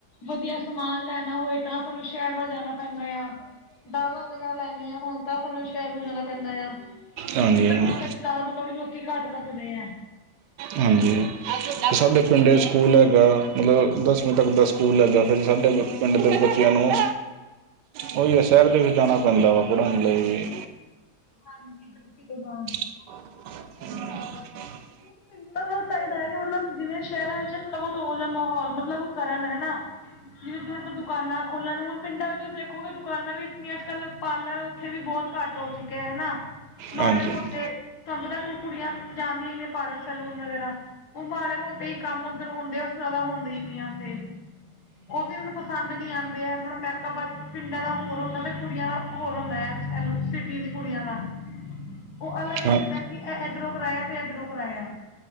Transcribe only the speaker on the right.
ਹਾਂਜੀ
ਹਾਂਜੀ
ਹਾਂਜੀ ਅਤੇ ਸਾਡੇ ਪਿੰਡੇ ਸਕੂਲ ਹੈਗਾ ਮੱਤਲਬ ਦਸਵੀਂ ਤੱਕ ਦਾ ਸਕੂਲ ਹੈਗਾ ਫਿਰ ਸਾਡੇ ਪਿੰਡ ਦੇ ਬੱਚਿਆਂ ਨੂੰ ਉਹੀ ਆ ਸ਼ਹਿਰ ਦੇ ਵਿੱਚ ਜਾਣਾਂ ਪੈਂਦਾ ਵਾ ਪੜ੍ਹਾਉਣ ਲਈ
<unintelligible>
ਹਾਂਜੀ
ਹਾਂ